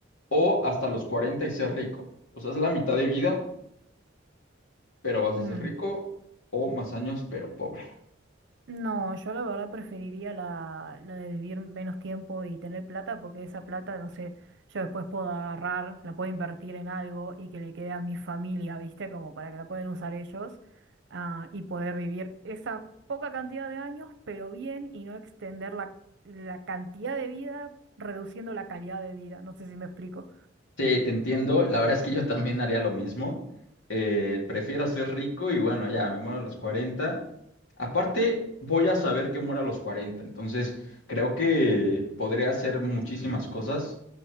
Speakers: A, on the left; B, on the right.
A: o hasta los 40 y ser rico. O sea, es la mitad de vida, pero vas
B: Mm.
A: a ser rico o más años, pero pobre.
B: No, yo la verdad preferiría la, la de vivir menos tiempo y tener plata, porque esa plata, no sé, yo después puedo agarrar, la puedo invertir en algo y que le quede a mi familia, ¿viste? Como para que la puedan usar ellos, ah, y poder vivir esa poca cantidad de años, pero bien, y no extender la, la cantidad de vida, reduciendo la calidad de vida. No sé si me explico.
A: Sí, te entiendo. La verdad es que yo también haría lo mismo. Eh, prefiero ser rico y bueno, ya me muero a los cuarenta Aparte, voy a saber que muero a los cuarenta Entonces, creo que podría hacer muchísimas cosas